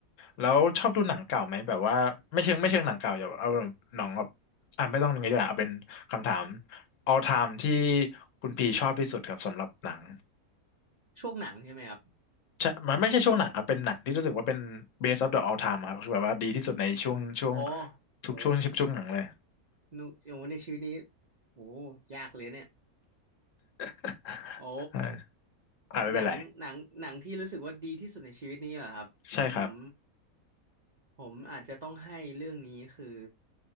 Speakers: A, on the left; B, on the right.
A: แล้วชอบดูหนังเก่าไหมแบบว่าไม่เชิงไม่เชิงหนังเก่าอย่าเอาแบบหนังแบบอ่ะไม่ต้องอย่างนี้ดีกว่าเอาเป็นคำถาม all time ที่คุณพีชอบที่สุดครับสำหรับหนัง
B: ช่วงหนังใช่ไหมครับ
A: ใช่มันไม่ใช่ช่วงหนังครับเป็นหนังที่รู้สึกว่าเป็น best of the all time ครับคือแบบว่าดีที่สุดในช่วงช่วง
B: อ๋อ
A: ทุกช่วงช่วงหนังเลย
B: โหนูโอ้ในชีวิตนี้โหยากเลยเนี่ย
A: <laughs>
B: โอ้
A: อาอ่าไม่เป็นไร
B: หนังหนังหนังที่รู้สึกว่าดีที่สุดในชีวิตนี้เหรอครับผม
A: ใช่ครับ
B: ผมอาจจะต้องให้เรื่องนี้คือ